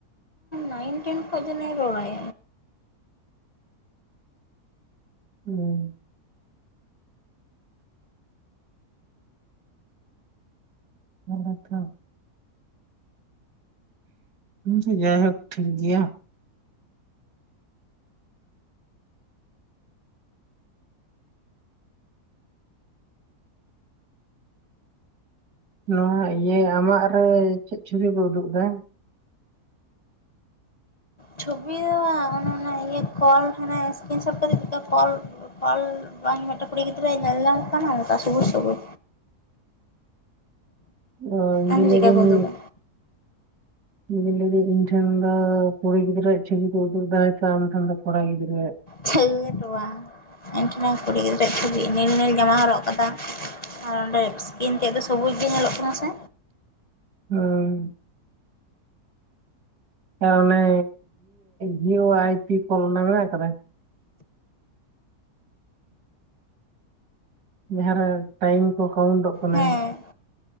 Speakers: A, on the left; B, on the right.
A: <unintelligible> ᱴᱷᱮᱱ ᱠᱷᱚᱪ ᱫᱚ ᱱᱩᱭ ᱨᱚᱲ ᱟᱭ
B: ᱦᱩᱸ ᱟᱛᱷᱟ <unintelligible> ᱢᱩᱸ ᱛᱮ ᱡᱟᱭᱦᱳᱠ ᱴᱷᱤᱠ ᱜᱮᱭᱟ᱾ ᱱᱚᱣᱟ ᱤᱭᱟᱹ ᱟᱢᱟᱜ ᱨᱮ ᱪᱮᱫ ᱪᱷᱩᱵᱤ ᱠᱚ ᱩᱫᱩᱜ ᱮᱫᱟ?
A: ᱪᱷᱚᱵᱤ ᱫᱚ ᱵᱟ ᱚᱱᱚᱱᱟ ᱤᱭᱟᱹ ᱠᱚᱞ ᱠᱷᱚᱱᱟᱜ ᱥᱠᱨᱤᱱᱥᱚᱴ ᱠᱟᱛᱮ ᱪᱮᱫ ᱞᱮᱠᱟ ᱠᱚᱞ ᱠᱚᱞ ᱡᱚᱢ ᱢᱚᱴᱟ ᱠᱩᱲᱤ ᱜᱤᱫᱽᱨᱟᱹ ᱧᱮᱞᱚᱜ ᱛᱟᱦᱮᱸ ᱢᱚᱴᱟ ᱥᱩᱜᱩᱨ ᱥᱩᱜᱩᱨ
B: <inaudible> ᱦᱚᱸ ᱤᱧ
A: ᱟᱢ
B: ᱜᱤᱧ ᱞᱟᱹᱭ
A: ᱪᱮᱫᱠᱟ
B: ᱫᱟᱹᱧ
A: ᱠᱚ ᱩᱫᱩᱜᱟ
B: ᱤᱧ ᱞᱟᱹᱭ ᱤᱧ ᱴᱷᱮᱱ ᱫᱚ ᱠᱩᱲᱤ ᱜᱤᱫᱽᱨᱟᱹᱣᱟᱜ ᱪᱷᱚᱵᱤ ᱠᱚ ᱩᱫᱩᱜ ᱮᱫᱟ ᱟᱢ ᱴᱷᱮᱱ ᱫᱚ ᱠᱚᱲᱟ ᱜᱤᱫᱽᱨᱟᱹᱣᱟᱜ
A: ᱪᱷᱟᱞ ᱱᱮᱴᱣᱟ ᱮᱱ ᱴᱷᱮᱱᱟᱠ ᱠᱩᱲᱤ ᱜᱤᱫᱽᱨᱟᱹ ᱪᱷᱚᱵᱤ ᱱᱮᱞ ᱱᱮᱞ ᱡᱟᱢᱟ ᱦᱚᱨᱚᱜ ᱠᱟᱫᱟ᱾ ᱟᱨ ᱚᱸᱰᱮ ᱥᱠᱤᱱ ᱛᱮ ᱫᱚ ᱥᱚᱵᱩᱡ ᱜᱮ ᱧᱮᱞᱚᱜ ᱠᱟᱱᱟ ᱥᱮ?
B: ᱦᱮᱸ ᱦᱮᱸ ᱚᱱᱮ ᱵᱷᱤ ᱳ ᱟᱭ ᱯᱤ ᱠᱚ ᱚᱞ ᱚᱱᱟ ᱢᱮᱱᱟᱜ ᱟᱠᱟᱫᱟ᱾ ᱡᱟᱦᱟᱸᱨᱮ ᱴᱟᱭᱤᱢ ᱠᱚ ᱠᱟᱣᱩᱱᱴᱚᱜ ᱠᱟᱱᱟ᱾
A: ᱦᱮᱸ